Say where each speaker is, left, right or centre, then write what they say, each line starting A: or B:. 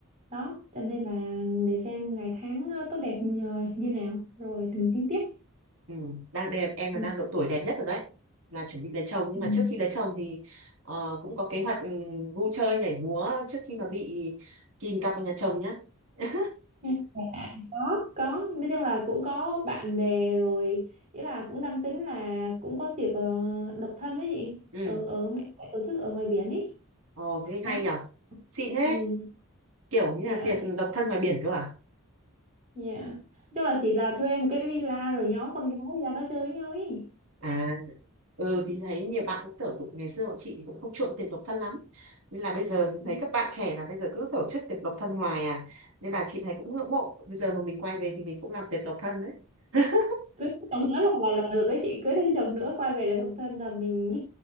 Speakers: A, on the right; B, on the right.
A: Đó, cho nên là để xem ngày tháng ờ, tốt đẹp như như nào rồi thì mình tính tiếp.
B: ừ đang đẹp em
A: Ừ.
B: là đang độ tuổi đẹp nhất rồi đấy là chuẩn bị lấy chồng nhưng
A: Ừ.
B: mà trước khi lấy chồng thì ờ, cũng có kế hoạch ừ, vui chơi nhảy múa trước khi mà bị kìm cặp vào nhà chồng nhá <laughs>
A: Ừ. Dạ, có có nói chung là cũng có bạn bè rồi ý là cũng đang tính là cũng có tiệc ờ, độc thân ấy chị
B: ừ
A: ở ở mẹ mẹ tổ chức ở ngoài biển ý
B: ồ thế
A: đó
B: hay nhở xịn thế
A: ừ
B: kiểu như
A: dạ
B: là tiệc độc thân ngoài biển cơ à
A: dạ nói chung là chỉ là thuê một cái villa rồi nhóm con gái ra đó chơi với nhau ý
B: à Ừ thì thấy nhiều bạn cũng tổ tục ngày xưa bọn chị thì cũng không chuộng tiệc độc thân lắm nên là bây giờ thì thấy
A: Ừ,
B: các bạn trẻ là bây giờ cứ tổ chức tiệc độc thân hoài à nên là chị thấy cũng ngưỡng mộ bây giờ mà mình quay về thì mình cũng làm tiệc độc thân đấy <laughs>
A: cưới chồng nữa là là, là được ấy chị cưới thêm chồng nữa quay về là độc thân là mình